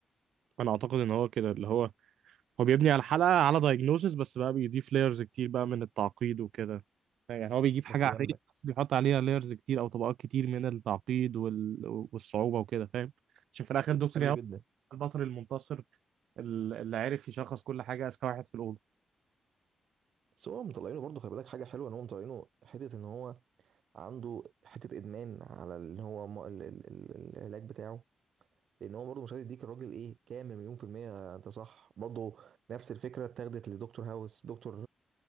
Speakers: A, on the right; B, on the right.
A: انا اعتقد ان هو كده اللي هو هو بيبني على الحلقة على دايجنوسيس بس بقى بيضيف لايرز كتير بقى من التعقيد وكده يعني هو بيجيب حاجة
B: بس
A: عادية
B: جامده
A: بس بيحط عليها لايرز كتير أو طبقات كتير من التعقيد وال... والصعوبة وكده فاهم عشان في الآخر دكتور
B: حلو
A: ياهو
B: جدا
A: البطل المنتصر ال- اللي عرف يشخص كل حاجة أذكى واحد في الأوضة
B: بس هو مطلعينه برضه خلي بالك حاجه حلوه ان هو مطلعينه حته ان هو عنده حته ادمان على اللي هو م- ال- ال- ال- العلاج بتاعه لان هو برضه مش عايز يديك الراجل ايه كام مليون في الميه انت صح برضه نفس الفكره اتاخدت لدكتور هاوس دكتور